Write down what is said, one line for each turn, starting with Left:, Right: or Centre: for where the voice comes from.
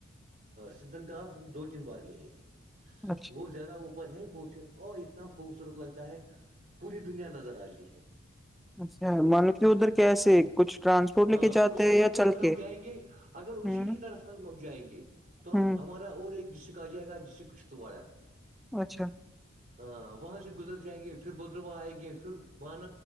Right: سدن تاپ دو تین بار گئے ہیں
Centre: اچھا
Right: وہ زیادہ اوپر ہے وہ اور اتنا خوبصورت لگتا ہے پوری دنیا نظر آتی ہے
Centre: اچھا مان لو کہ ادھر کیسے کچھ ٹرانسپورٹ لے
Right: ہاں
Centre: کے جاتے
Right: اس سے
Centre: ہیں
Right: آگے
Centre: یا چل
Right: اگر
Centre: کے
Right: ہم جائیں گے اگر اسی
Centre: ہوں
Right: کی طرف سے جائیں گے تو
Centre: ہوں
Right: ہم ہمارا اور ایک ڈسٹرکٹ آ جائے گا ڈسٹرکٹ کشتاڑا
Centre: اچھا
Right: ہاں وہاں سے گزر جائیں گے پھر بدرواہ آئیں گے پھر وہان